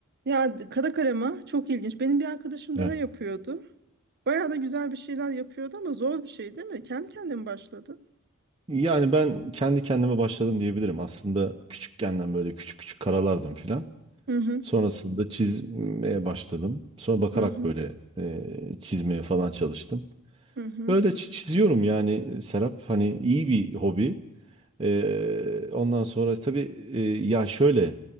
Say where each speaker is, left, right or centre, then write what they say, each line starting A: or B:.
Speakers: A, on the right; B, on the right.
A: Ya d- kara kalema çok ilginç. Benim bir arkadaşım
B: Evet.
A: daha yapıyordu. Bayağı da güzel bir şeyler yapıyordu ama zor bir şey değil mi? Kendi kendine mi başladı?
B: Yani ben kendi kendime başladım diyebilirim. Aslında küçükkenden böyle küçük küçük karalardım filan.
A: Hı hı
B: Sonrasında çizmeye başladım. Sonra bakarak
A: hı hı
B: böyle e, çizmeye falan çalıştım.
A: hı hı.
B: Öyle çi- çiziyorum yani Serap. Hani iyi bir hobi. E, ondan sonra tabii e, ya şöyle